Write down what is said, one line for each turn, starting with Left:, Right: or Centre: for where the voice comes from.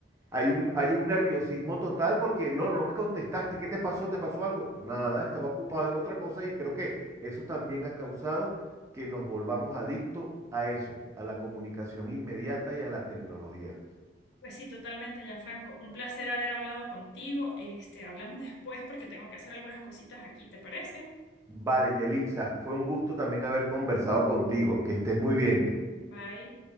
Right: hay un, hay un nerviosismo total porque no, no me contestaste, ¿qué te pasó? ¿Te pasó algo? Nada, estaba ocupado en otra cosa y creo que eso también ha causado que nos volvamos adictos a eso, a la comunicación inmediata y a la tecnología.
Left: Pues sí, totalmente, Gianfranco. Un placer haber hablado contigo. Este, hablamos después porque tengo que hacer algunas cositas aquí, ¿te parece?
Right: Vale, Yelixa, fue un gusto también haber conversado contigo, que estés muy bien.
Left: Bye.